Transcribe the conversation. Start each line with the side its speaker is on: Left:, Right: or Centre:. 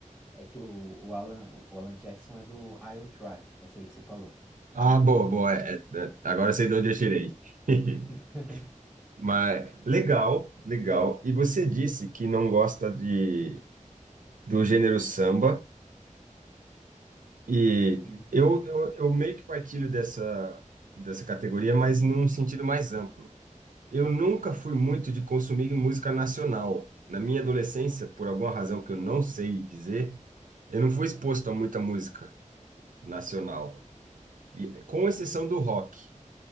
Centre: É que o, o Alan, o Alan Jackson é do I'll Try, essa aí que você falou.
Right: Ah, boa, boa. é, é, é, agora eu sei de onde eu tirei. <laughs>
Centre: <laughs>
Right: Mas legal, legal. E você disse que não gosta de, do gênero samba, e
Centre: Sim.
Right: eu, eu, eu meio que partilho dessa, dessa categoria, mas num sentido mais amplo. Eu nunca fui muito de consumir música nacional. Na minha adolescência, por alguma razão que eu não sei dizer, eu não fui exposto a muita música nacional, e, com exceção do rock.